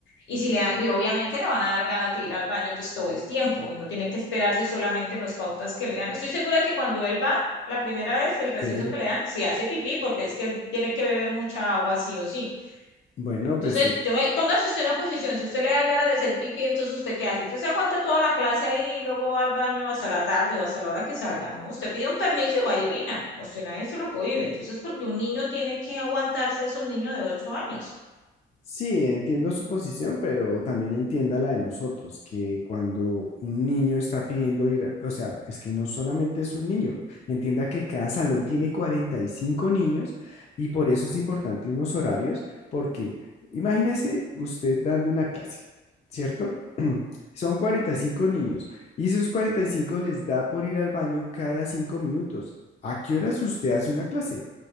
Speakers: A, on the left; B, on the left.
A: Y si le, da- y obviamente le van a dar ganas de ir al baño pues todo el tiempo y no tiene que esperarse solamente en las pautas que le dan. Estoy segura que cuando él va la primera vez, el receso
B: Sí.
A: que le dan, si hace pipí, porque es que él tiene que beber mucha agua sí o sí.
B: bueno, pues
A: Entonces,
B: eh,
A: yo me, póngase usted en una posición, si usted le dan ganas de hacer pipí, entonces usted qué hace? Usted se aguanta toda la clase ahí y luego va al baño hasta la tarde o hasta la hora que salga, ¿no? Usted pide un permiso y va y orina, o sea, nadie se lo cohibe. Entonces, porque un niño tiene que aguantarse, es un niño de 8 años.
B: Sí, entiendo su posición, pero también entienda la de nosotros, que cuando un niño está pidiendo ir, a- o sea, es que no solamente es un niño, entienda que cada salón tiene cuarenta y cinco niños y por eso es importante unos horarios, porque imagínese usted dando una clase, ¿cierto? <clears throat> Son 45 niños y esos 45 les da por ir al baño cada 5 minutos. ¿A qué horas usted hace una clase?